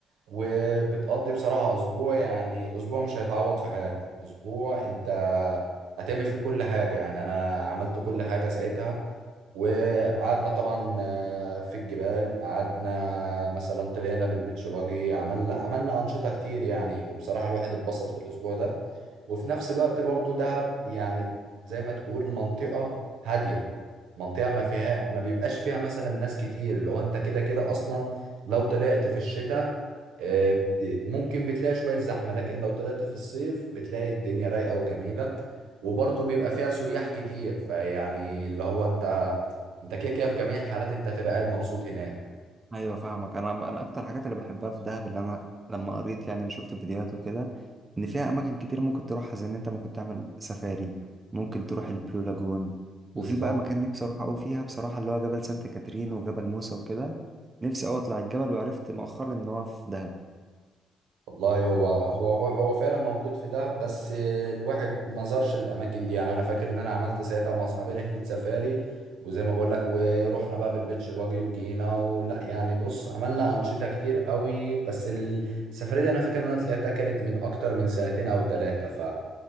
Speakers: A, on the right; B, on the right.
A: وبتقضي بصراحه اسبوع يعني اسبوع مش هيتعوض في حياتك اسبوع انت هتعمل فيه كل حاجه يعني انا عملت كل حاجه ساعتها وقعدنا طبعا آه، في الجبال قعدنا مثلا طلعنا بالبيتش باجي عملنا عملنا أنشطة كتير يعني وبصراحة الواحد اتبسط في الأسبوع ده وفي نفس الوقت برضو دهب يعني زي ما تقول منطقة هادية منطقة ما فيها ما بيبقاش فيها مثلا ناس كتير لو انت كده كده أصلا لو طلعت في الشتاء آه، بت- ممكن بتلاقي شوية زحمة لكن لو طلعت في الصيف بتلاقي الدنيا رايقة وجميلة وبرضه بيبقى فيها سياح كتير فيعني اللي هو انت انت كده كده في جميع الحالات انت هتبقى قاعد مبسوط هناك
B: ايوه فاهمك انا انا اكتر الحاجات اللي بحبها في دهب اللي انا لما قريت يعني شفت فيديوهات وكده ان فيها اماكن كتير ممكن تروحها زي ان انت ممكن تعمل سفاري ممكن تروح البلو لاجون
A: بالظبط
B: وفي بقى مكان نفسي اروح قوي فيها بصراحه اللي هو جبل سانت كاترين وجبل موسى وكده نفسي اوي اطلع الجبل وعرفت مؤخرا ان هو في دهب
A: والله هو هو هو فعلا موجود في دهب بس الواحد ما زارش الاماكن دي يعني انا فاكر ان انا عملت ساعتها مع اصحابي رحله سفاري وزي ما بقول لك ورحنا بقى بالبيتش باجي وجينا ولا يعني بص عملنا انشطه كتير قوي بس السفاري دي انا فاكر ان انا طلعتها كانت من اكتر من سنتين او ثلاثه ف